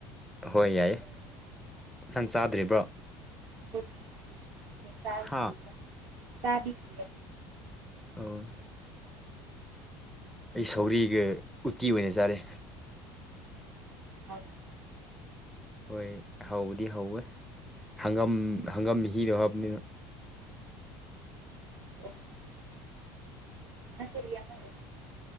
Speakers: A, in the centre; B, on the right.
A: ꯍꯣꯏ ꯌꯥꯏꯌꯦ ꯑꯣꯛ ꯁꯟ ꯆꯥꯗ꯭ꯔꯤꯕ꯭ꯔꯣ
B: <unintelligible>
A: ꯍꯥ ꯑ ꯑꯩ ꯁꯧꯒ꯭ꯔꯤꯒ ꯎꯇꯤ ꯑꯣꯏꯅ ꯆꯥꯔꯦ
B: ꯍ
A: ꯍꯣꯏ ꯍꯧꯕꯗꯤ ꯍꯧꯋꯦ ꯍꯪꯒꯝ ꯍꯪꯒꯝ ꯍꯤꯔꯣ ꯍꯥꯏꯕꯅꯤꯅ
B: ꯑꯣ ꯑ ꯁꯔꯤ ꯌꯥꯝ ꯑꯃ